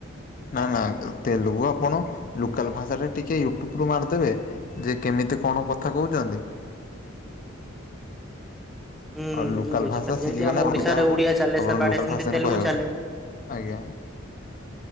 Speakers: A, on the left; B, in the centre.
A: ନା ନା ତେଲୁଗୁ ଆପଣ ଲୋକାଲ୍ ଭାଷାଟା ଟିକେ ୟୁଟ୍ୟୁବୁରୁ ମାରିଦେବେ। ଯେ କେମିତି କଣ କଥା କହୁଛନ୍ତି।
B: ହୁଁ
A: ଆଉ ଲୋକାଲ୍
B: ମୁଁ ବୁଝିପାରୁଛି
A: ଭାଷା
B: ଯେମିତି
A: ଶିଖିଗଲେ
B: ଆମ
A: <unintelligible>
B: ଓଡିଶାରେ
A: ସୁବିଧା ହବ
B: ଓଡିଆ ଚାଲେ
A: ଆପଣଙ୍କ
B: ସେବାଡେ
A: ଲୋକାଲ
B: ସେମିତି
A: ଭାଷାର
B: ତେଲୁଗୁ
A: <unintelligible>
B: ଚାଲେ
A: ଆଜ୍ଞା।